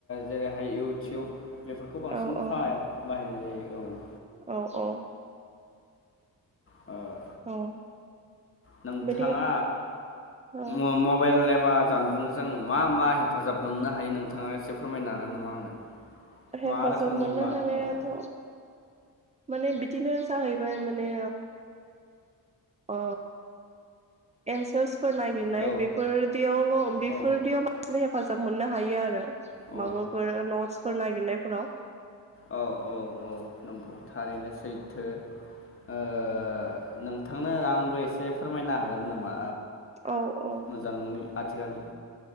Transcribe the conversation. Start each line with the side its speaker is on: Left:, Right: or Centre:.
Left: जेरैहाय इउटुब बेफोरखौ बांसिन
Right: औ औ
Left: फाहायाव बाहायनाय जायो औ।
Right: औ औ
Left: अ
Right: औ
Left: नोंथाङा
Right: बिदि औ
Left: ओ मबाइल एबा जानबुंजों मा मा हेफाजाब मोननो हायो नोंथाङा एसे फोरमायनो हागोन नामा आंनो?
Right: हेफाजाब
Left: मा रोखोमनि
Right: मोननो
Left: मा
Right: हानायाथ'
Left: औ
Right: माने बिदिनो जाहैबाय माने अ एन्सार्स फोर नागिरनाय
Left: औ
Right: बेफोरदियावल' बेफोरदियाव
Left: औ
Right: बांसिन हेफाजाब मोननो हायो आरो।
Left: औ
Right: माबाफोर नट्सफोर नागिरनायफोराव।
Left: औ औ औ नंगौ थारैनो सैथो। ओ नोंथांनो आंबो एसे फोरमायना हागोन नामा?
Right: औ औ
Left: ओ जानबुंनि आथिखालनि